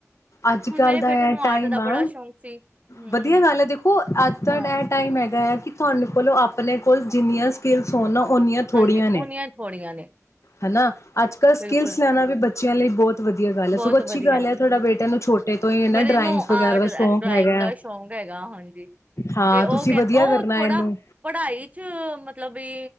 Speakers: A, on the left; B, on the right.
A: ਅੱਜ
B: ਹੁਣ
A: ਕੱਲ
B: ਮੇਰੇ
A: ਦਾ
B: ਬੇਟੇ ਨੂੰ
A: ਐ ਟਾਈਮ
B: ਆਰਟ ਦਾ
A: ਆ,
B: ਬੜਾ ਸ਼ੌਂਕ ਸੀ ਹਮ
A: ਵਧੀਆ ਗੱਲ ਐ ਦੇਖੋ ਅਜ ਤਾਡਾ
B: ਹਾਂ
A: ਐ ਟਾਈਮ ਹੈਗਾ ਐ ਕਿ ਤੁਹਾਨੂੰ ਕੋਲੋਂ, ਆਪਣੇ ਕੋਲ ਜਿੰਨੀਆਂ ਸਕਿੱਲਸ ਹੋਣ ਨਾ ਓਨੀਆਂ ਥੋੜ੍ਹੀਆਂ
B: ਹਾਂਜੀ,
A: ਨੇ
B: ਉਹਨੀਆਂ ਥੋੜੀਆਂ ਨੇ।
A: ਹਨਾ। ਅੱਜ ਕੱਲ੍ਹ
B: ਬਿਲਕੁਲ
A: ਸਕਿੱਲਸ ਲੈਣਾ ਵੀ ਬੱਚਿਆਂ ਲਈ ਬਹੁਤ ਵਧੀਆ ਗੱਲ
B: ਬਹੁਤ
A: ਹੈ ਸਗੋਂ ਅੱਛੀ
B: ਵਧੀਆ।
A: ਗੱਲ ਹੈ ਤੁਹਾਡਾ ਬੇਟੇ ਨੂੰ ਛੋਟੇ ਤੋਂ ਹੀ ਨਾ
B: ਮੇਰੇ
A: ਡਰਾਇੰਗਸ
B: ਨੂੰ ਆਰਟ
A: ਵਗੈਰਾ ਦਾ
B: ਅਹ
A: ਸ਼ੌਕ
B: ਡਰਾਇੰਗ
A: ਹੈਗਾ
B: ਦਾ
A: ਹੈ
B: ਸ਼ੌਕ ਹੈਗਾ, ਹਾਂਜੀ
A: ਹਾਂ
B: ਤੇ ਉਹ
A: ਤੁਸੀਂ
B: ਕਹ
A: ਵਧੀਆ
B: ਉਹ
A: ਕਰਨਾ
B: ਥੋੜਾ
A: ਇਹਨੂੰ
B: ਪੜ੍ਹਾਈ 'ਚ ਮਤਲਬ ਵੀ